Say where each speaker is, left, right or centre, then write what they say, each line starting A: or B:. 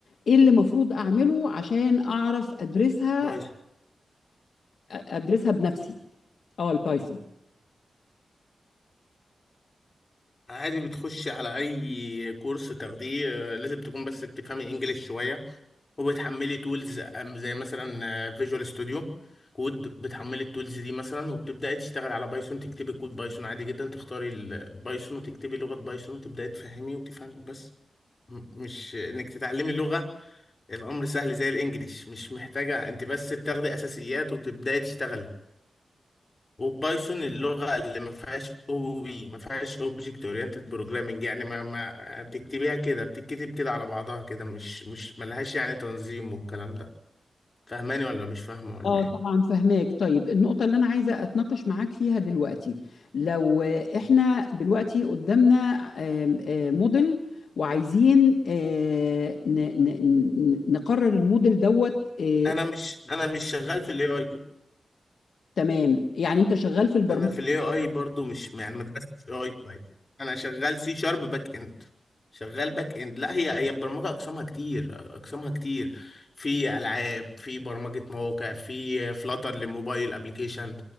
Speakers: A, on the left (about 75°); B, on the left (about 40°).
A: إيه اللي المفروض أعمله عشان أعرف أدرسها
B: طيب
A: أ- أدرسها بنفسي؟ أه البايثون
B: عادي بتخش على اي كورس تاخديه آه، لازم تكون بس بتفهمي انجليش شويه وبتحملي تولز زي مثلا فيجوال ستوديو كود بتحملي التولز دي مثلا وبتبداي تشتغل على بايثون تكتبي كود بايثون عادي جدا تختاري البايثون وتكتبي لغه بايثون وتبداي تفهمي وتفهمي بس م- مش انك تتعلمي لغه الامر سهل زي الانجليش مش محتاجه انت بس بتاخدي اساسيات وتبداي تشتغلي وبايثون اللغة اللي ما فيهاش او بي ما فيهاش اوبجكت اورينتد بروجرامنج يعني ما ما بتكتبيها كده بتتكتب كده على بعضها كده مش مش ملهاش يعني تنظيم والكلام ده فاهماني ولا مش فاهمة ولا
A: اه
B: ايه
A: طبعا فهماك طيب النقطة اللي أنا عايزة أتناقش معاك فيها دلوقتي لو آه، إحنا دلوقتي قدامنا آم، آه، موديل وعايزين آه، ن- ن- ن- نقرر الموديل دوت آه،
B: انا مش انا مش شغال في الاي اي
A: تمام يعني أنت شغال في البرمجة
B: انا في الاي اي برضو مش يعني ما درستش اي اي كويس انا شغال سي شارب باك اند شغال باك اند لا هي هي البرمجه اقسامها كتير اقسامها كتير في العاب في برمجه مواقع في فلاتر للموبايل ابلكيشن